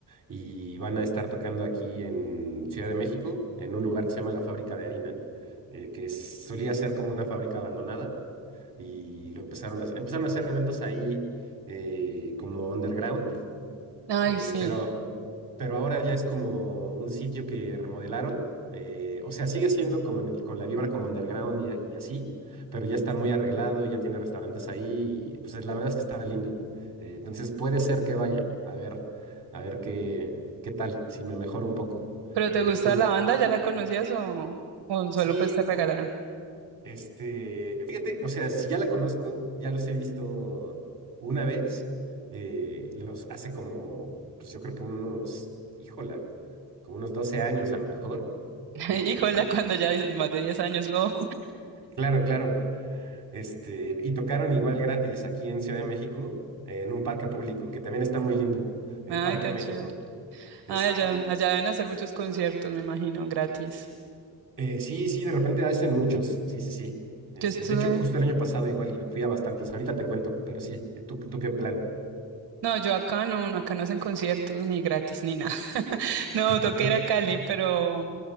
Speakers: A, on the right; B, on the right.
A: Y van a estar tocando aquí en Ciudad de México, en un lugar que se llama La Fábrica de Harina, eh, que es- solía ser como una fábrica abandonada. Y lo empezaron a, hacer- empezaron a hacer eventos ahí eh, como underground,
B: Ay,
A: eh,
B: sí.
A: pero pero ahora ya es como un sitio que remodelaron. eh, o sea, sigue siendo como en el- con la vibra como underground y, y así, pero ya está muy arreglado, ya tiene restaurantes ahí y pues la verdad es que está lindo. Eh, entonces puede ser que vaya, a ver, a ver qué, qué tal, si me mejoro un poco.
B: ¿Pero te
A: Eh,
B: gusta
A: tú,
B: la banda? ¿Ya la conocías o, o solo
A: sí,
B: pues te regalaron?
A: este, fíjate, o sea, si ya la conozco, ya los he visto una vez, eh, los hace como, pues yo creo que unos, híjola, como unos 12 años a lo mejor.
B: <laughs> Híjola,
A: eh,
B: cuando ya dicen más de 10 años, oh.
A: claro, claro, este, y tocaron igual gratis aquí en Ciudad de México, eh, en un parque público, que también está muy lindo,
B: <laughs>
A: en
B: Ay,
A: Parque
B: tan
A: México.
B: chévere.
A: Este,
B: Ay, allá, allá deben hacer muchos conciertos, me imagino, gratis.
A: eh, sí, sí, de repente hacen muchos, sí, sí, sí. Este,
B: Yo estuve,
A: de hecho, justo el año pasado igual y fui a bastantes, ahorita te cuento, pero sí, ¿tú, tú qué plan?
B: no, yo acá no, acá no hacen conciertos ni gratis ni nada. <laughs> No,
A: <laughs>
B: toqué ir a Cali, pero,